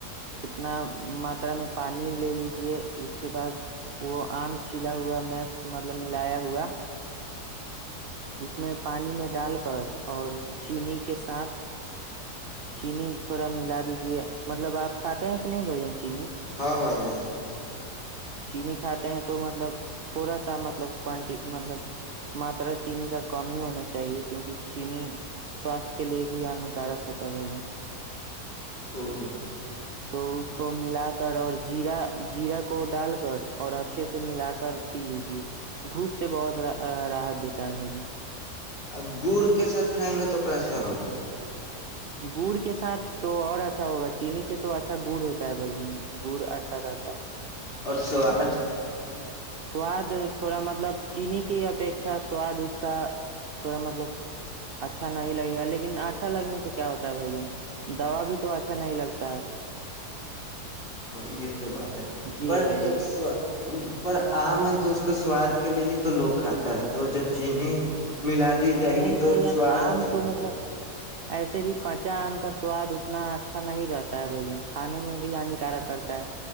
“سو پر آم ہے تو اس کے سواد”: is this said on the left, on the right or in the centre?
Left